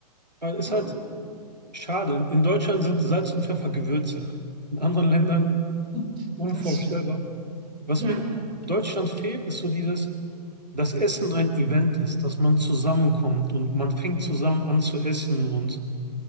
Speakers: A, on the right; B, on the right.
A: aber ist
B: Ja,
A: halt schade. In Deutschland sind Salz und Pfeffer Gewürze. In anderen Ländern
B: stimmt,
A: unvorstellbar.
B: das stimmt.
A: Was
B: Ja,
A: mir in Deutschland fehlt, ist so dieses, dass Essen ein Event ist, dass man zusammenkommt und man fängt zusammen an zu essen und